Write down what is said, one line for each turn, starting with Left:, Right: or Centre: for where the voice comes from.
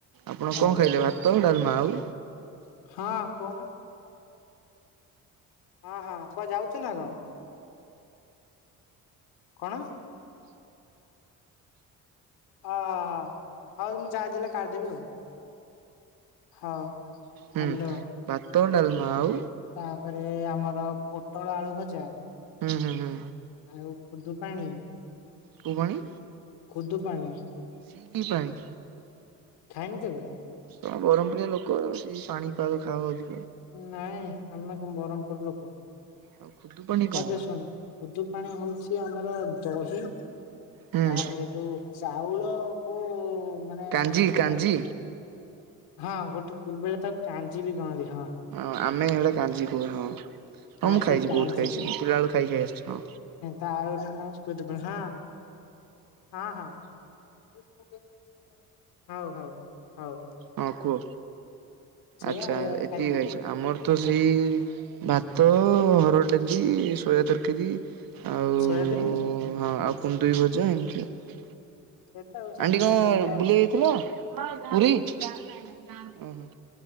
Right: ଆପଣ
Left: ଅ
Right: କଣ ଖାଇଲେ ଭାତ ଡାଲମା ଆଉ?
Left: ହଁ କହୁନ ହଁ ହଁ। କୁଆଡ଼େ ଯାଉଛ ନା କଣ? କଣ? ଓ ହ, ହ ହଉ ମୁଁ ଯାହାଦେଲେ କାଢ଼ିଦେବି ଆଉ। ହଉ। ହ୍ୟାଲୋ।
Right: ହୁଁ ଭାତ ଡାଲମା ଆଉ
Left: ତାପରେ ଆମର ପୋଟଳ ଆଳୁ ଭଜା।
Right: ହୁଁ ହୁଁ ହୁଁ।
Left: ଆଉ ଖୁଦୁ ପାଣି
Right: କଉ ପାଣି?
Left: ଖୁଦୁ ପାଣି।
Right: ସେ କି ପାଣି?
Left: ଖାଇନୁ କେବେ?
Right: ତମେ ବରମପୁରିଆ ଲୋକ, ସେଇ ପାଣିପାଗ ଖାଅ ଅଧିକ।
Left: ନାଇଁ ଆମେ କଣ ବରମପୁର ଲୋକ।
Right: ଆଉ ଖୁଦୁପଣି କଣ
Left: ହଁ ଯେ
Right: ବା?
Left: ଶୁଣ, ଖୁଦୁ ପାଣି ହଉଛି ଆମର ଦହି ତାପରେ
Right: ହୁଁ
Left: ଯୋଉ, ଚାଉଳକୁ ମାନେ
Right: କାଞ୍ଜି
Left: କଣ?
Right: କାଞ୍ଜି
Left: ହଁ ଗୋଟେ ବେଳେ ତାକୁ କାଞ୍ଜିିବି କହନ୍ତି।
Right: ହଁ ଆମେ ହେଲେ କାଞ୍ଜି କହୁ ହଁ।
Left: ହଁ
Right: ମୁଁ ଖାଇଛି
Left: ସେଇ କାଞ୍ଜି।
Right: ବହୁତ ଖାଇଛି ମୁଁ ପିଲାବେଳୁ ଖାଇ ଖାଇ ଆସିଛି ହଁ
Left: ତା ଆଉ ଗୋଟେ ନାଁ ହେଉଛି ଖୁଦୂ ପାଣି। ହଁ। ହଁ ହଁ। ହଉ ହଉ। ହଉ
Right: ହଁ କୁହ।
Left: ସେଇଆ
Right: ଆଚ୍ଛା
Left: ଏଇଆ
Right: ଏତିକି
Left: ଖାଇଥିଲି
Right: ଖାଇଛ ଆମର ତ
Left: ହଁ
Right: ସେଇ ଭାତ, ହରଡ଼ ଡାଲି, ସୋୟା ତରକାରୀ। ଆଉ
Left: ସୋୟାବିନି
Right: ହଁ ଆଉ କୁନ୍ଦୁରି ଭଜା ଏମିତି ଆଉ
Left: ସେ ତ ଆଉ ସମସ୍ତଙ୍କର
Right: ଆଣ୍ଟି କଣ
Left: ତ
Right: ବୁଲି ଯାଇଥିଲ <inaudible> ପୁରୀ? ଓହୋ।